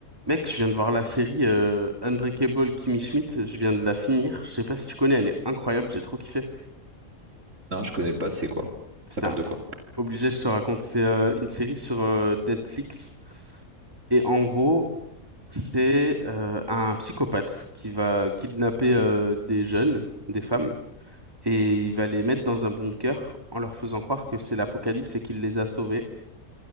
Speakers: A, on the right; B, on the right.
A: Mec, je viens de voir la série euh, Unbreakable Kimmy Schmidt, je viens de la finir. Je sais pas si tu connais, elle est incroyable, j'ai trop kiffé.
B: Non, je connais pas, c'est quoi?
A: Putain,
B: Ça parle de
A: faut-
B: quoi?
A: obligé, je te raconte. C'est euh, une série sur euh, Netflix. Et en gros, c'est euh, un psychopathe qui va kidnapper euh, des jeunes, des femmes, et il va les mettre dans un bunker en leur faisant croire que c'est l'apocalypse et qu'il les a sauvés.